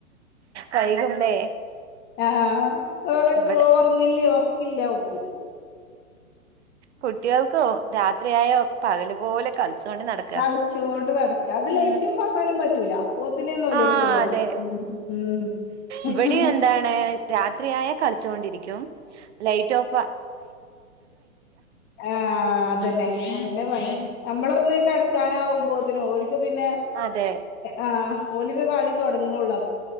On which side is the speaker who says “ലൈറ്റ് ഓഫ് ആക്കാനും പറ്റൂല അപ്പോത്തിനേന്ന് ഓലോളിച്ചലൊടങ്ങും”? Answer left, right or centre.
Left